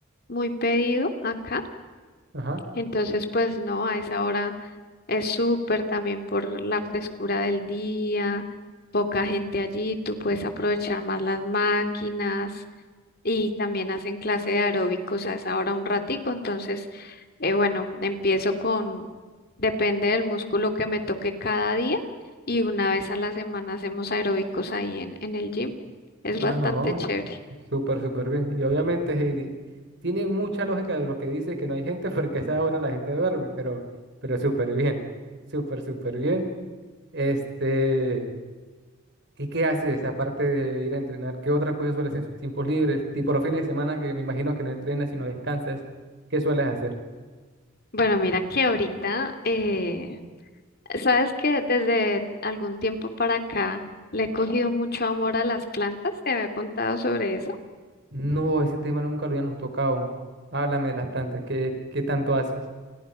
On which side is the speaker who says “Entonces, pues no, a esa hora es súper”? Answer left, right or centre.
Left